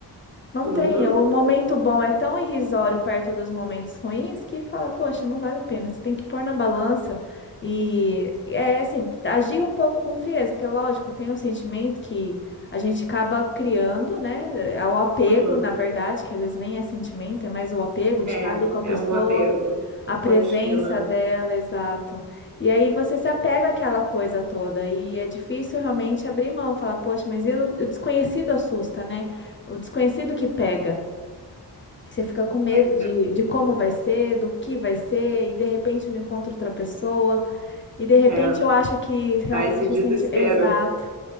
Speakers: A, on the left; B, on the right.
A: Não
B: uhum,
A: tem. O momento bom é tão irrisório perto dos momentos ruins que fala, poxa, não vale a pena. Você tem que pôr na balança e é assim, agir um pouco com frieza, porque lógico, tem o sentimento que a gente acaba criando, né? É o apego,
B: uhum.
A: na verdade, que às vezes nem é sentimento, é mais o apego de
B: É,
A: estar ali com a pessoa.
B: é um apego.
A: A presença
B: Rotina.
A: dela, exato. E aí você se apega àquela coisa toda e é difícil realmente abrir mão, falar, poxa, mas e o o desconhecido assusta, né? O desconhecido que pega. Você fica com medo
B: Pois
A: de, de como vai ser, do que vai ser, e de repente eu não encontro outra pessoa, e de repente
B: é, é,
A: eu acho que realmente
B: dá esse desespero.
A: o senti... Exato.